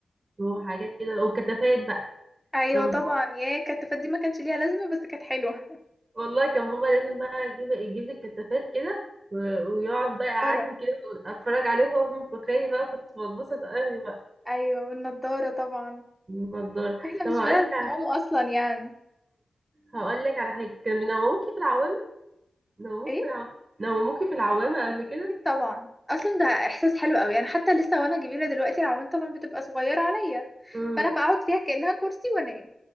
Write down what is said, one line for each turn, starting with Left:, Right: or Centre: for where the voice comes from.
Right: وحاجات كده وكتافات بقى
Centre: ايوه
Right: كان
Centre: طبعا يا كانت دي ما كانش ليها لازمة بس كانت حلوة
Right: والله كان بابا لازم بقى يجيب يجيب لي الكتافات كده و- ويقعد بقى يقعدني
Centre: نضارة
Right: كده اتفرج عليه وهو بينفخني بقى كنت بتبسط قوي بقى
Centre: ايوه والنضارة طبعا
Right: النضاره
Centre: احنا مش
Right: طب هقول
Centre: بنعرف
Right: لك على
Centre: نعوم اصلا يعني
Right: هقول لك على حاجه كانوا بينوموكي في العوامه نوموكي
Centre: ايه
Right: في العوامه نوموكي في العوامه قبل كده
Centre: اكيد طبعا اصلا ده احساس حلو قوي انا حتى لسه وانا كبيرة دلوقتي العوامات طبعا بتبقى صغيرة عليا
Right: امم
Centre: فانا بقعد فيها كأنها كرسي وانام